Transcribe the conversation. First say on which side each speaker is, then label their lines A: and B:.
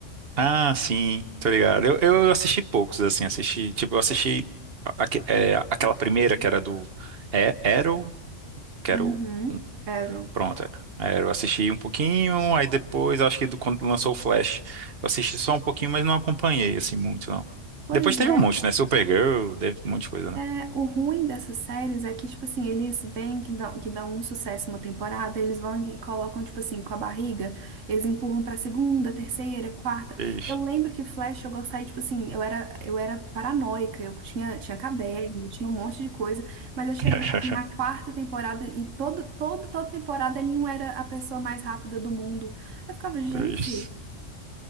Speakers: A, on the right; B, on the right.
A: Ah, sim, tô ligado. Eu, eu assisti poucos, assim, assisti, tipo, eu assisti aque- é, aquela primeira que era do é, Arrow, que
B: Uhum.
A: era o
B: Arrow.
A: Pronto, é. É, eu assisti um pouquinho, aí depois, acho que do- quando lançou o Flash, eu assisti só um pouquinho, mas não acompanhei, assim, muito, não.
B: Pois
A: Depois teve
B: é.
A: um monte, né? Supergirl, teve um monte de coisa, né?
B: É, o ruim dessas séries é que, tipo assim, eles vêm que dão, que dão um sucesso uma temporada, eles vão e colocam, tipo assim, com a barriga, eles empurram pra segunda, terceira, quarta.
A: Vixe.
B: Eu lembro que Flash eu gostava, e, tipo assim, eu era, eu era paranoica, eu tinha, tinha caderno, tinha um monte de coisa, mas eu chegou,
A: <laughs>
B: tipo, na quarta temporada e toda, toda, toda temporada ele não era a pessoa mais rápida do mundo. Eu ficava, gente,
A: Vixe.